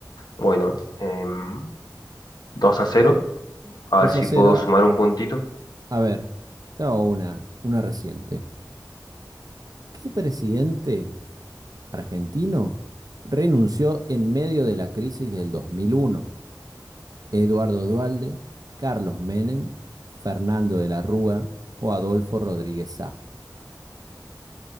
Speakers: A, on the left; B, on the right.
A: Bueno, em, 2 a cero A
B: 2
A: ver si
B: a cero.
A: puedo sumar un puntito.
B: A ver, te hago una, una reciente. ¿Qué presidente argentino renunció en medio de la crisis del 2001? Eduardo Duhalde, Carlos Menem, Fernando de la Rúa o Adolfo Rodríguez Sá.